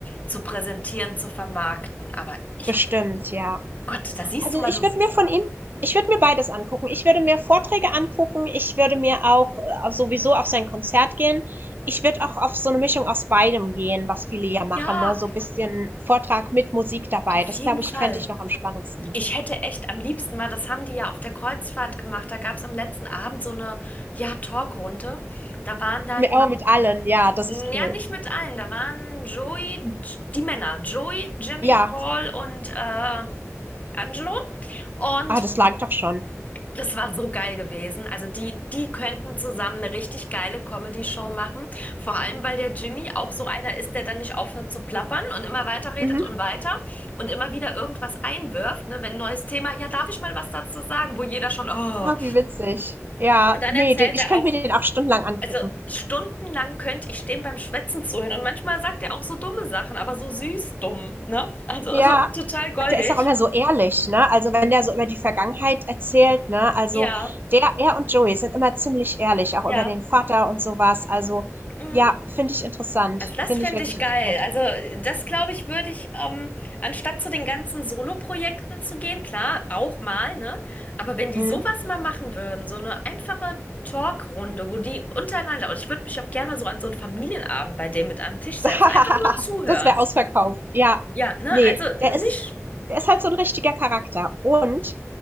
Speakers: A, on the left; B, on the right.
A: zu präsentieren, zu vermarkten. Aber ich,
B: bestimmt, ja.
A: Gott, da siehst
B: Also,
A: du mal,
B: ich
A: du,
B: würde mir von ihm ich würde mir beides angucken. Ich würde mir Vorträge angucken. Ich würde mir auch äh, sowieso auf sein Konzert gehen. Ich würde auch auf so eine Mischung aus beidem gehen, was viele ja machen,
A: ja,
B: ne? So ein bisschen Vortrag mit Musik dabei.
A: auf
B: Das
A: jeden
B: glaube
A: Fall.
B: ich, fände ich noch am spannendsten.
A: Ich hätte echt am liebsten mal, das haben die ja auf der Kreuzfahrt gemacht, da gab es am letzten Abend so eine, ja, Talkrunde. Da waren dann
B: Mit, oh, mit allen, ja, das
A: Ja,
B: ist cool.
A: nicht mit allen. Da waren Joey, J- die Männer, Joey, Jimmy,
B: Ja,
A: Paul und äh, Angelo. Und
B: ah, das langt doch schon.
A: das war so geil gewesen. Also die, die könnten zusammen eine richtig geile Comedy-Show machen. Vor allem, weil der Jimmy auch so einer ist, der dann nicht aufhört zu plappern und immer weiter redet
B: Mhm.
A: und weiter und immer wieder irgendwas einwirft. Ne? Wenn ein neues Thema, ja, darf ich mal was dazu sagen, wo jeder schon, oh.
B: Ah, wie witzig. Ja,
A: Und dann
B: nee,
A: erzählt
B: den, ich
A: er
B: könnte
A: auch
B: mir den auch stundenlang angucken.
A: Also stundenlang könnte ich stehen beim Schwätzen zuhören. Und manchmal sagt er auch so dumme Sachen, aber so süß dumm, ne? Also,
B: Ja,
A: also total goldig.
B: und der ist auch immer so ehrlich, ne? Also, wenn der so über die Vergangenheit erzählt, ne? Also,
A: Ja,
B: der er und Joey sind immer ziemlich ehrlich, auch
A: ja.
B: über den Vater und sowas Also,
A: Mhm.
B: ja, finde ich interessant.
A: Also das
B: Finde
A: fände
B: ich wirklich
A: ich geil.
B: interessant.
A: Also das glaube ich, würde ich, ähm, anstatt zu den ganzen Solo-Projekten zu gehen, klar, auch mal, ne? Aber wenn die
B: Mhm.
A: sowas mal machen würden, so eine einfache Talkrunde, wo die untereinander, und ich würde mich auch gerne mal so an so einen Familienabend bei dem mit an den Tisch setzen,
B: <laughs>
A: einfach nur zuhören.
B: Das wäre ausverkauft. Ja.
A: Ja, ne?
B: nee
A: Also
B: der ist
A: nicht.
B: der ist halt so ein richtiger Charakter und